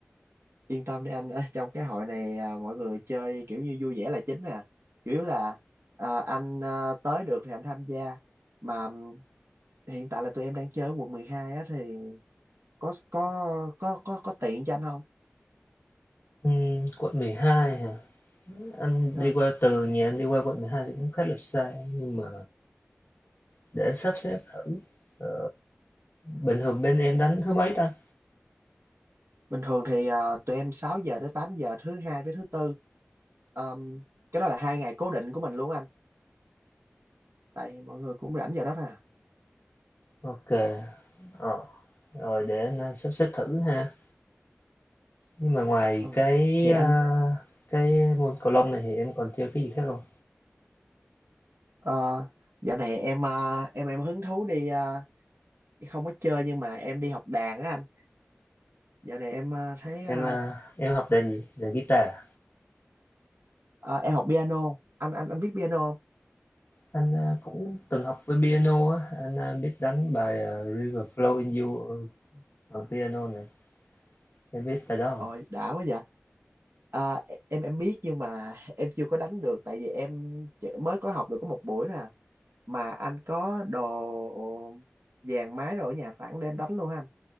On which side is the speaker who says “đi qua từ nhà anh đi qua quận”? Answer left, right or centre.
Left